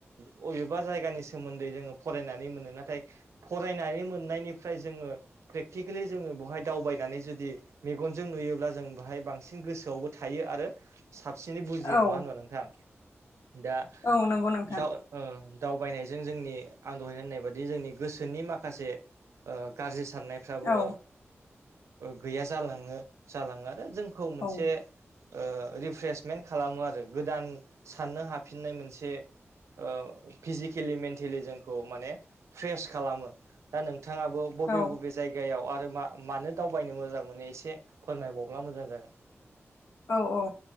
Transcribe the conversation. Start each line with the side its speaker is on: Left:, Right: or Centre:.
Right: ओ अबेबा जायगानि सोमोन्दै जोंङो फरायनानै मोनो नाथाय फरायनानै मोननायनिफ्राय जोंङो प्रेक्टिकेलि जोंङो बेवहाय दावबाय नानै जुदि मेगनजों नुयोब्ला जों बाहाय बांसिन गोसोआवबो थायो आरो साबसिनै बुजियो
Left: औ
Right: नंङा होनबा नोंथां दा
Left: औ नंगौ नोंथां
Right: दाव ओ दावबायनायजों जोंनि आं दहाय होननाय बादि जोंनि गोसोनि माखासे ओ गाज्रि साननायफ्राबो
Left: औ
Right: गैया जालांङो जालांङो आरो जोंखौ मोनसे
Left: औ
Right: ओ रिफ्र्रेसमेन्ट खालामो आरो गोदान साननो हाफिननाय मोनसे ओ फिजिकेलि मेन्टेलि जोंखौ माने फ्रेस खालामो। दा नोंथाङाबो बबे
Left: औ
Right: बबे जायगायाव आरो मा मानो दावबायनो मोजां मोनो एसे फोरमायबावब्ला मोजां जागोन।
Left: औ औ